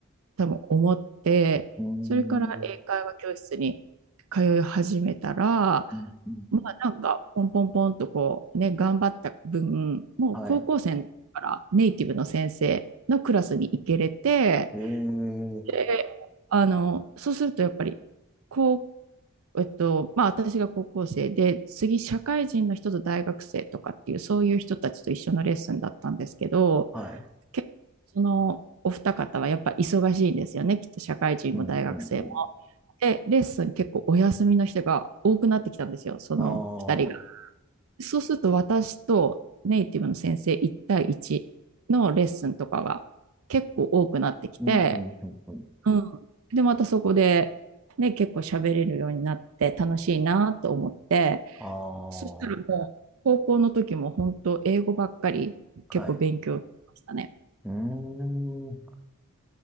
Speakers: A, on the right (about 65°); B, in the centre.
A: 多分思って、
B: うー
A: それから英会話教室に通い始めたら、
B: ん、うん、うん。
A: まあなんかポンポンポンとこうね、頑張った分、もう高校生からネイティブの先生のクラスに行けれて、
B: はい。ええ、
A: で、あの、そうするとやっぱり、こう、えっと、まあ私が高校生で、次社会人の人と大学生とかっていう、そういう人たちと一緒のレッスンだったんですけど、
B: はい。
A: 結構そのお二方はやっぱ忙しいんですよね、きっと社会人も大学生も。
B: うん、うん、うん。
A: で、レッスン結構お休みの人が多くなってきたんですよ、その二人
B: ああ、
A: そうすると私とネイティブの先生1対1のレッスンとかが結構多くなってきて、
B: うん、うん、うん、うん。
A: うん。で、またそこで、ね、結構喋れるようになって楽しいなと思って、
B: ああ、
A: そしたらもう高校の時も本当英語ばっかり結構勉強しましたね。
B: はい。うーん。な